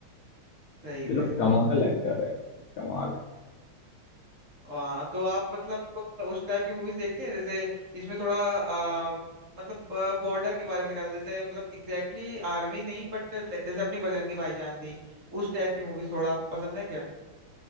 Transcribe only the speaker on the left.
ये
लोग कमाल एक्टर है कमाल